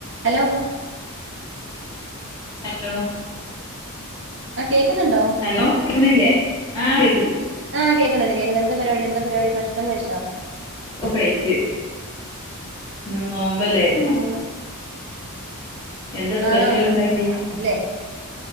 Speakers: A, on the right; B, on the left.
A: ഹലോ?
B: ഹലോ,
A: ആ കേക്കുന്നുണ്ടോ
B: ഹലോ കേക്കുന്നില്ലേ ആഹ് കേക്കണ്ട്.
A: ആഹ് കേക്കണുണ്ട്, കേക്ക്‌ന്ന് എന്ത പരിപാടി, എന്ത പരിപാടി ഭക്ഷണം കഴിച്ചോ?
B: ഓ കഴിച്ച് ഇന്ന് നോമ്പല്ലായിരു
A: ആ,
B: എന്താ സ്പെഷ്യൽ
A: ആ ആഹ്
B: ഉണ്ടാക്കി
A: മശൂറ അല്ലെ.